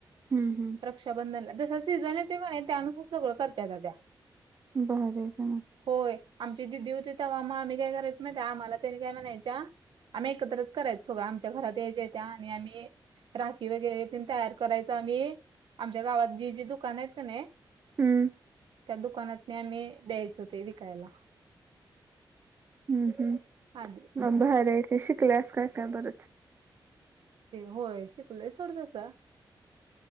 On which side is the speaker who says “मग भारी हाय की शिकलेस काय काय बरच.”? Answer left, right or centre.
Right